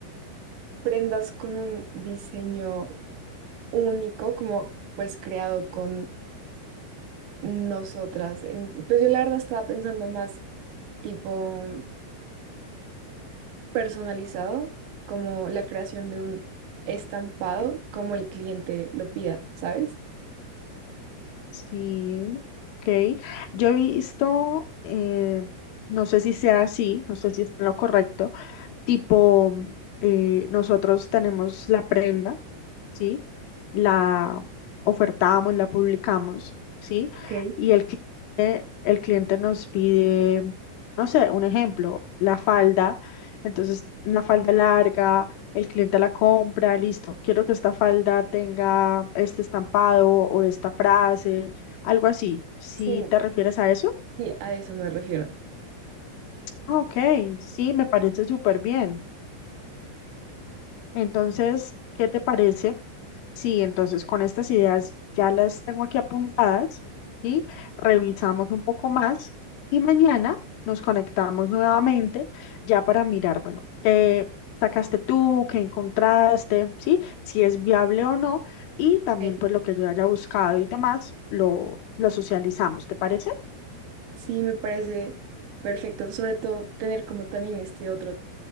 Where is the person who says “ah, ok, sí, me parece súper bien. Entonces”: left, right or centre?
Left